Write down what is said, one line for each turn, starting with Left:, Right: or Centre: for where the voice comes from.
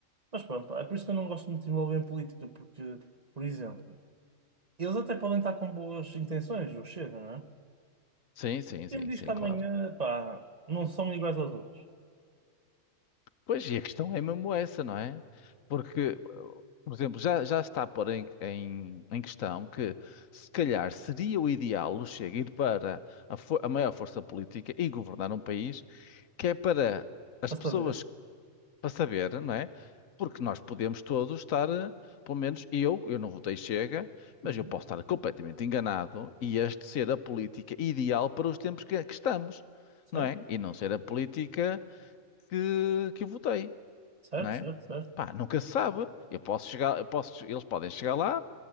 Right: mas pronto, pá, é por isso que eu não gosto muito de me envolver em política, porque, por exemplo, eles até podem estar com boas intenções, o Chega, não é?
Left: Sim, sim,
Right: Mas quem
Left: sim,
Right: me
Left: sim,
Right: diz que amanhã,
Left: claro.
Right: pá, não são iguais aos outros?
Left: Pois, e a questão é mesmo essa, não é? Porque, por exemplo, já, já está por em, em, em questão que, se calhar, seria o ideal o Chega ir para a, fo- a maior força política e governar um país que é para as
Right: Para
Left: pessoas
Right: saber?
Left: para saber, não é? Porque nós podemos todos estar, eh, pelo menos eu, eu não votei Chega, mas
Right: Uhum.
Left: eu posso estar completamente enganado e este ser a política ideal para os tempos que, que estamos,
Right: Certo?
Left: não é? E não ser a política que, que eu votei,
Right: Certo,
Left: não é?
Right: certo, certo.
Left: Pá, nunca se sabe. Eu posso chegar, eu posso, eles podem chegar lá